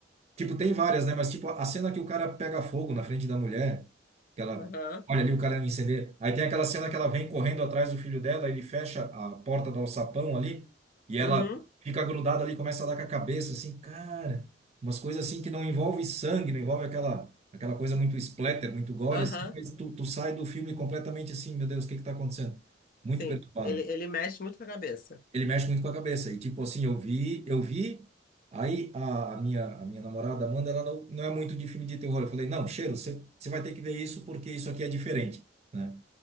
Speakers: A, on the right (about 35°); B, on the left (about 50°).
A: Tipo, tem várias, né? Mas, tipo, a cena que o cara pega fogo na frente da mulher, que ela
B: Aham.
A: olha ali o cara incender. Aí tem aquela cena que ela vem correndo atrás do filho dela, ele fecha a porta do alçapão ali, e ela
B: Uhum.
A: fica grudada ali, começa a dar com a cabeça, assim, cara. Umas coisas assim que não envolve sangue, não envolve aquela, aquela coisa muito splatter, muito gore,
B: Aham.
A: assim, mas tu, tu sai do filme completamente assim, meu Deus, o que que tá acontecendo? Muito
B: Sim,
A: perturbado.
B: ele, ele mexe muito com a cabeça.
A: Ele mexe muito com a cabeça. E tipo assim, eu vi, eu vi. Aí a, a minha, a minha namorada Amanda, ela não, não é muito de filme de terror. Eu falei, não, Cheiro, você você vai ter que ver isso porque isso aqui é diferente, né?